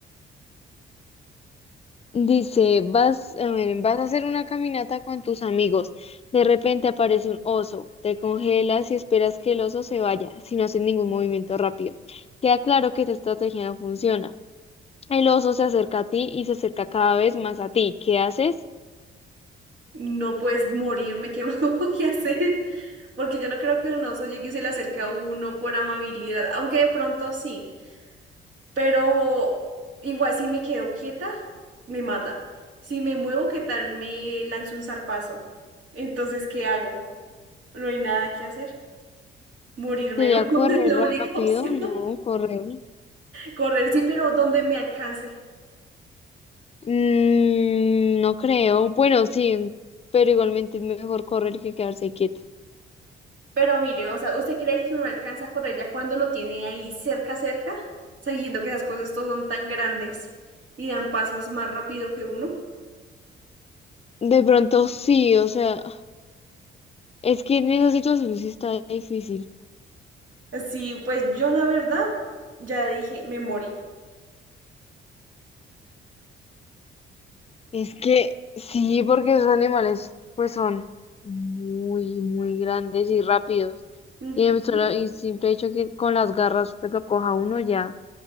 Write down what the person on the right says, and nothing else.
No puedes morirme, ¿qué más <laughs> voy a hacer? Porque yo no creo que un oso llegue y se le acerque a uno por amabilidad, aunque de pronto sí. Pero igual si me quedo quieta, me mata. Si me muevo, ¿qué tal me lanzo un zarpazo? Entonces, ¿qué hago? No hay nada que hacer. Morirme
no <laughs>
es la única
opción.
Correr sí, pero donde me alcance.
Pero mire, o sea, ¿usted cree que uno alcanza a correr ya cuando lo tiene ahí cerca, cerca? Sabiendo que esas cosas todas son tan grandes y dan pasos más rápido que uno.
Sí, pues yo la verdad ya dije, me morí.
Ujú,